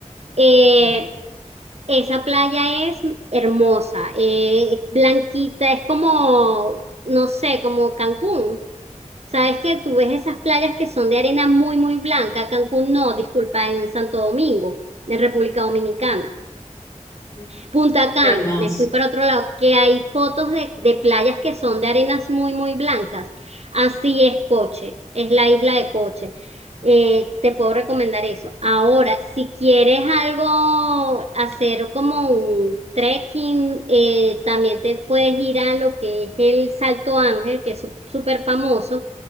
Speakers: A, on the right (about 55°); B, on the left (about 25°).
A: Eh,
B: Sí.
A: esa playa es hermosa, eh, es blanquita, es como, no sé, como Cancún. Sabes que tú ves esas playas que son de arena muy, muy blanca. Cancún no, disculpa, en Santo Domingo, en República Dominicana.
B: Ujú.
A: Punta Cana,
B: Qué Hermoso.
A: me fui para otro lado, que hay fotos de, de playas que son de arenas muy, muy blancas. Así es Coche, es la isla de Coche. Eh, te puedo recomendar eso. Ahora, si quieres algo, hacer como un trekking, eh, también te puedes ir a lo que es el Salto Ángel, que es súper famoso,